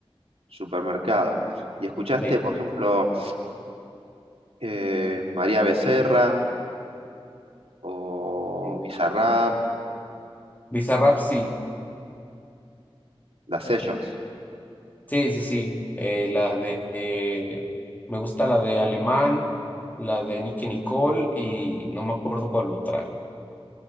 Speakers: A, on the right; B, on the left.
A: Supermercado. ¿Y escuchaste,
B: Sí.
A: por ejemplo, eh, María Becerra o
B: Eh,
A: Bizarrap,
B: Bizarrap, sí.
A: las Sessions?
B: Sí, sí, sí. Eh, la de... eh, me gusta la de Alemán, la de Nicki Nicole y no me acuerdo cuál otra.